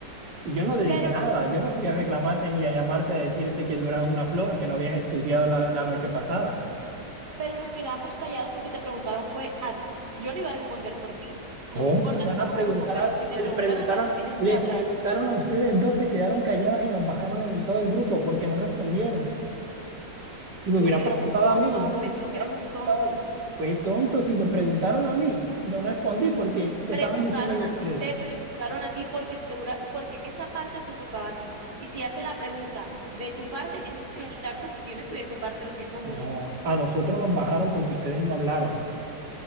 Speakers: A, on the right; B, on the right.
A: Y yo no te dije
B: Pero
A: nada,
B: no.
A: yo no fui a reclamarte ni a llamarte a decirte que tú eras una floja, que no habías estudiado la la noche pasada.
B: pero nos quedamos callados porque te preguntaron fue a ti. Yo no iba a responder por ti.
A: ¿Cómo
B: No me importa
A: me van
B: que seamos
A: a preguntar
B: grupo, pero
A: a
B: si te
A: que
B: preguntan
A: les preguntaron,
B: a ti, tú tienes
A: les
B: que hablar.
A: preguntaron a ustedes dos, se quedaron calladas y nos bajaron en todo el grupo porque no respondieron? Si me
B: Tú
A: hubieran
B: lo que eres
A: preguntado
B: un tonto,
A: a mí,
B: hombre,
A: si me
B: tú lo
A: hubieran
B: que eres un
A: preguntado
B: tonto.
A: a mí, qué tonto, si me preguntaron a mí y no respondí porque estaban
B: Preguntaron
A: diciendo de
B: a,
A: ustedes.
B: te preguntaron a ti porque segura, porque esa parte te tocaba a ti. Y si hace la pregunta de tu parte, tienes que hablar tú, porque yo no estudié tu parte, lo siento mucho.
A: No, a nosotros nos bajaron porque ustedes no hablaron,